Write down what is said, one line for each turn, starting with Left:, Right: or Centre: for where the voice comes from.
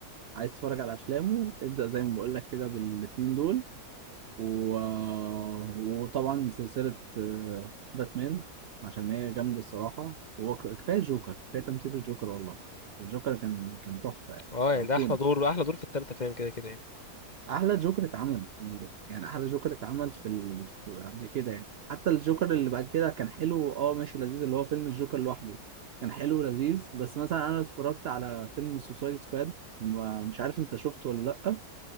Right: عايز تتفرج على افلامه ابدأ زي ما بقول لك كده بالاتنين دول و... وطبعا سلسلة آه، باتمان عشان هي جامدة الصراحة وكفاية جوكر كفاية تمثيل الجوكر والله الجوكر كان كان تحفة يعني
Left: اه يعني
Right: أيقوني
Left: ده احلى دور احلى دور في الثالثه فاهم كده كده يعني
Right: احلى جوكر اتعمل يعني احلى جوكر اتعمل في ال... في- قبل كده يعني حتى الجوكر اللي بعد كده كان حلو اه ماشي لذيذ اللي هو فيلم الجوكر لوحده كان حلو ولذيذ بس مثلا انا اتفرجت على فيلم سوسايد سكواد مش عارف انت شفته ولا لا